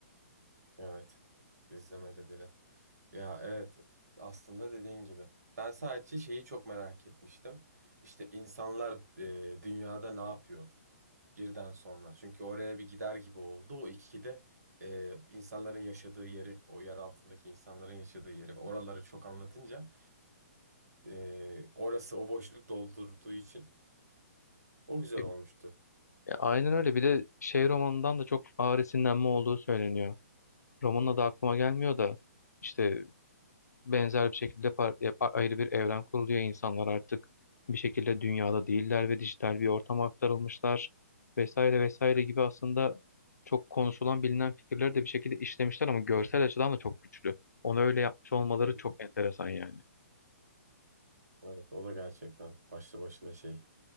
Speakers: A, on the right; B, on the left.
A: Evet, izlemedi bile. Ya evet aslında dediğin gibi. Ben sadece şeyi çok merak etmiştim. İşte insanlar e, dünyada ne yapıyor birden sonra. Çünkü oraya bir gider gibi oldu. O ikide e, insanların yaşadığı yeri, o yer altındaki insanların yaşadığı yeri. Oraları çok anlatınca e, orası o boşluk doldurduğu için o güzel
B: E,
A: olmuştu.
B: e, Aynen öyle. Bir de şey romanından da çok ağır esinlenme olduğu söyleniyor. Romanın adı aklıma gelmiyor da işte benzer bir şekilde par- e, a- ayrı bir evren kuruluyor. İnsanlar artık bir şekilde dünyada değiller ve dijital bir ortama aktarılmışlar vesaire vesaire gibi aslında çok konuşulan bilinen fikirleri de bir şekilde işlemişler ama görsel açıdan da çok güçlü. Onu öyle yapmış olmaları
A: Hı hı.
B: çok enteresan yani.
A: Evet, o da gerçekten başlı başına şey.